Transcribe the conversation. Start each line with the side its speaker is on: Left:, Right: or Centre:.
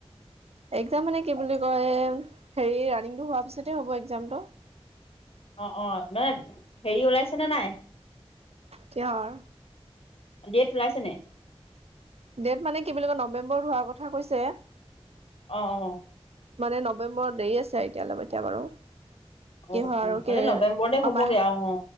Right: এক্সাম মানে কি বুলি কয়, হেৰি ৰানিংটো হোৱাৰ পিছতে হ'ব এক্সামটো।
Left: অ' অ', মানে, হেৰি ওলাইছেনে নাই?
Right: কিহৰ
Left: ডেট ওলাইছে নে?
Right: ডেট মানে কি বুলি কয়, নৱেম্বৰত হোৱাৰ কথা কৈছে।
Left: অ'।
Right: মানে নৱেম্বৰত দেৰি আছে এতিয়ালে-এতিয়া বাৰু। কিহৰ
Left: অ
Right: আৰু
Left: হ'লে
Right: কি,
Left: নৱেম্বৰতে
Right: মামায়ে,
Left: হ'বগে আৰু অ